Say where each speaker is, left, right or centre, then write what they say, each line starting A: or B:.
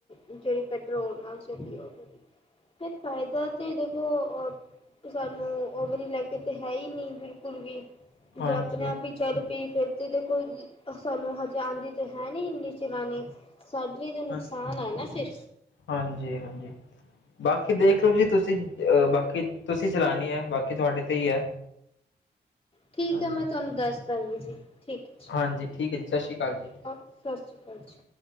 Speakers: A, on the left; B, on the left.
A: ਜਿਹੜੀ ਪੈਟਰੋਲ ਨਾਲ ਚਲਦੀ ਉਹ ਵਾਲੀ। ਫਿਰ ਫ਼ਾਇਦਾ ਤੇ ਦੇਖੋ ਅ ਸਾਨੂੰ ਉਵੇਰੀ ਲੈਕੇ ਤੇ ਹੈ ਹੀ ਨਹੀ ਬਿਲਕੁਲ ਵੀ
B: ਹਾਂਜੀ
A: ਜਾ ਅਪਣੇ ਆਪ ਹੀ ਚੱਲ ਪਈ ਫਿਰ ਤੇ ਦੇਖੋ ਸਾਨੂੰ ਹਜੇ ਆਂਦੀ ਤੇ ਹੈ ਨੀ ਇੰਨੀ ਚਲਾਣੀ, ਸਾਡੇ ਲਈ ਤੇ ਨੁਕਸਾਨ
B: ਹਾਂ
A: ਹੈ ਨਾ ਫਿਰ
B: ਹਾਂਜੀ- ਹਾਂਜੀ, ਬਾਕੀ ਦੇਖ ਲੋ ਜੀ ਤੁਸੀ। ਬਾਕੀ ਤੁਸੀ ਚਲਾਨੀ ਏ, ਬਾਕੀ ਤੁਹਾਡੇ ਤੇ ਹੀ ਹੈ।
A: ਠੀਕ
B: ਹਾਂਜੀ
A: ਹੈ ਮੈਂ ਤੁਹਾਨੂੰ ਦੱਸ ਦਵਾਂਗੀ ਜੀ। ਠੀਕ ਹੈ ਜੀ।
B: ਹਾਂਜੀ ਠੀਕ ਹੈ ਜੀ ਸਤਿ ਸ਼੍ਰੀ ਅਕਾਲ ਜੀ
A: ਸਤਿ ਸ਼੍ਰੀ ਅਕਾਲ ਜੀ।